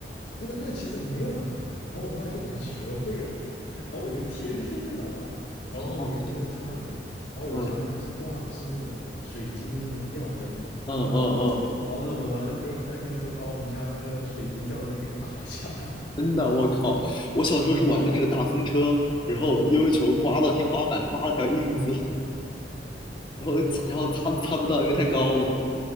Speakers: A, on the left; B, on the left.
A: 那个那个其实没有很难，然后我后来就给他学会了，然后我就天天在那玩。然后呢，
B: 哦，
A: 有一天在家里面，然后我家里面是挂的是那种水晶的那种吊灯嘛，
B: 嗯嗯嗯嗯，
A: 然后呢，我玩那飞龙在天的时候，把我们家那个水晶吊灯给打下来了。
B: 真的，我靠，我小时候是玩那个大风车，然后悠悠球刮到天花板，刮了条印子，然后然后擦都擦不到，因为太高了。